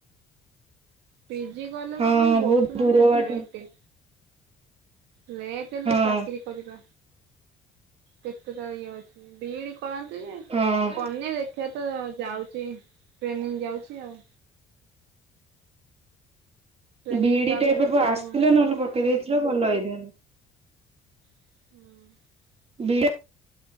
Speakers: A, on the right; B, on the right.
A: ପିଜି କଲେ
B: ହଁ
A: କଣ କହନି ବହୁତ
B: ଦୂର
A: ମାନେ
B: ବାଟ
A: ଲେଟେ। ଲେଟ୍ ହେଲେ
B: ହଁ
A: ଚାକିରୀ କରିବା କେତେ ତାର ଇଏ ଅଛି। ବି ଇ ଡି କରନ୍ତି ଯେ,
B: ହଁ
A: କରିନେଇ ଦେଖିବା ତ ଯାଉଛି ଟ୍ରେନିଂ ଯାଉଛି ଆଉ। ଟ୍ରେନିଂ
B: ବି ଇ
A: ଯାଉଛି
B: ଡି ଟା ଏବେ
A: ଦେଖିବା
B: ପା ଆସିଥିଲା
A: କଣ କରିବା।
B: ନହେଲେ ପକେଇ ଦେଇଥିଲେ ଭଲ ହେଇଥାନ୍ତା।
A: ହୁଁ।
B: ବି ଇ <unintelligible>